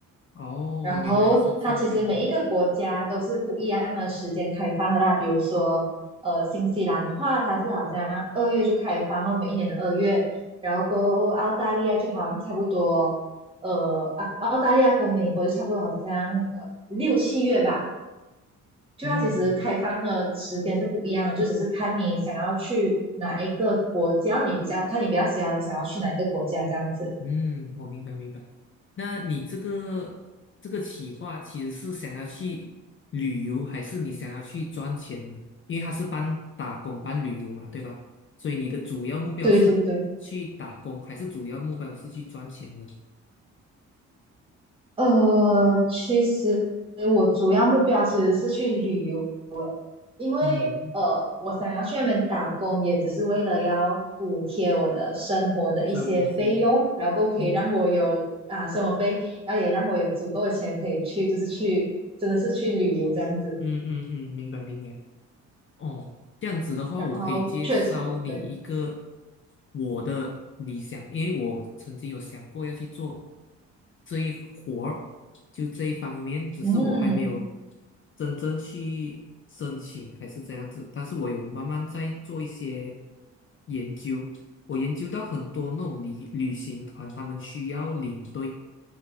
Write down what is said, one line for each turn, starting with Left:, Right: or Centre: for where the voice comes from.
Left: 哦，
Right: 然后。
Left: 原来是这样。
Right: 它其实每一个国家都是不一样的时间开放的啦。比如说，呃，新西兰的话，它是好像二月就开放哦，每一年的二月。然后过澳大利亚就好像差不多，呃，澳澳大利亚跟美国就差不多，好像呃六七月吧。就它其实开放的时间是不一样的，
Left: 嗯，
Right: 就只是看你想要去哪一个国家，你比较看你比较喜欢想要去哪一个国家这样子。
Left: 嗯，我明白明白。那你这个这个企划其实是想要去旅游，还是你想要去赚钱呢？因为它是半打工半旅游嘛，对吧？所以你的主要目标是去打工，
Right: 对对对。
Left: 还是主要目标是去赚钱呢？
Right: 呃，其实我主要目标其实是去旅游，因为呃，
Left: 嗯，
Right: 我想要去那边打工，也只是为了要补贴我的生活的一些费用，
Left: 生活费。
Right: 然后可以让我有啊生活费，
Left: 嗯
Right: 然后也让我有足够的钱可以去，就是去真的是去旅游这样子。
Left: 嗯嗯嗯，明白明白。哦，这样子的话，
Right: 然后确实对，
Left: 我可以介绍你一个我的理想，因为我曾经有想过要去做这一活儿，就这一方面，只是我还没有
Right: 嗯，
Left: 真正去申请，还是怎样子。但是我有慢慢在做一些研究，我研究到很多那种旅旅行团，他们需要领队。